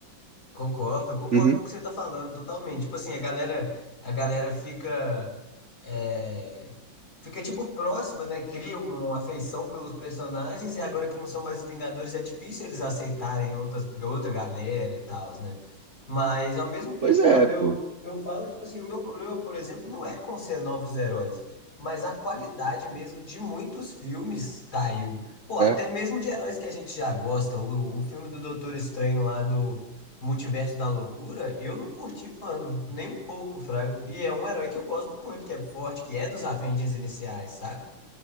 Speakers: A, on the left; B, on the right.
A: Concordo, concordo
B: Uhum.
A: com o que você tá falando totalmente. Tipo assim, a galera, a galera fica, é, fica tipo próxima, né? Cria uma, uma afeição pelos personagens e agora que não são mais os Vingadores é difícil eles aceitarem outras, outra galera e tal, né? Mas ao mesmo tempo,
B: Pois é,
A: mano, eu,
B: pô.
A: eu falo, tipo assim, o meu problema, por exemplo, não é com ser novos heróis, mas a qualidade mesmo de muitos filmes caiu. Pô, até
B: é.
A: mesmo de heróis que a gente já gosta. O, o filme do Doutor Estranho lá do Multiverso da Loucura, eu não curti, mano, nem um pouco, Fraga. E é um herói que eu gosto muito, que é forte, que é dos Avengers iniciais, saca?